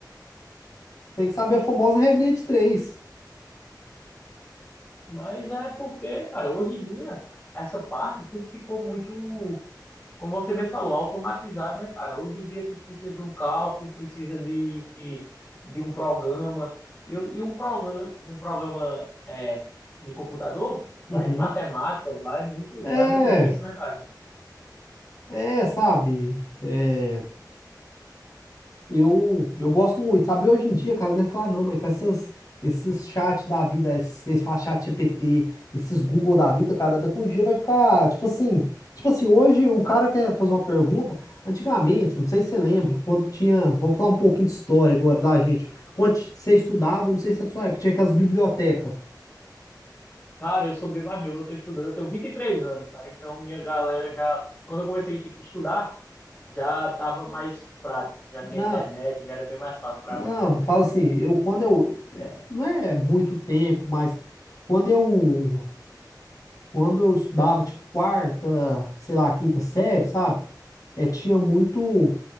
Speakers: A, on the left (about 50°); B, on the left (about 25°).
A: Tem que saber a famosa regrinha de três.
B: Mas é porque, cara, hoje em dia, essa parte tudo ficou muito Como você mesmo falou, automatizado, né, cara? Hoje em dia tu precisa de um cálculo, precisa de, de, de um programa. E, o- e um programa, um programa é, de computador vai
A: Uhum.
B: matemática, vai muito,
A: É,
B: vai muito disso, né, cara?
A: é, sabe? É. Eu, eu gosto muito, sabe? Hoje em dia, cara, não é falar não, mas com essas, esses chat da vida, esses, eles falam chat GPT, esses Google da vida, cara, daqui a um dia vai ficar, tipo assim, tipo assim, hoje o cara quer fazer uma pergunta, antigamente, não sei se você lembra, quando tinha, vamos falar um pouquinho de história agora da gente, quando você estudava, não sei se é da sua época, tinha aquelas bibliotecas,
B: Cara, eu sou bem mais novo, eu tô estudando, eu tenho 23 anos, cara. Então minha galera já, quando eu comecei, tipo, a estudar, já tava mais prático, já
A: não,
B: tinha internet, já era bem mais fácil pra
A: não,
B: mim.
A: fala assim, eu quando eu, é, não é muito tempo, mas quando eu Quando eu estudava, tipo, quarta, sei lá, quinta série, sabe? É, tinha muito